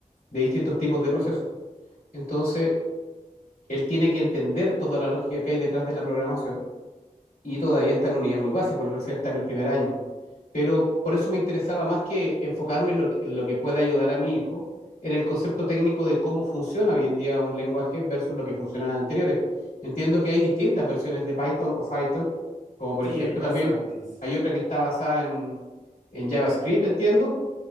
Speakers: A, on the left (about 85°); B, on the right (about 85°).
A: de distintos tipos de procesos. Entonces, él tiene que entender toda la lógica que hay detrás de la programación y todavía está en un nivel muy básico, él recién está en el primer año pero por eso me interesaba más que enfocarme en lo, que- en lo que pueda ayudar a mi hijo, en el concepto técnico de cómo funciona hoy en día un lenguaje versus lo que funcionaba anteriores. Entiendo que hay distintas versiones de Python o Python, como por
B: Sí,
A: ejemplo
B: hay bastantes.
A: también hay otra que está basada en, en JavaScript, entiendo,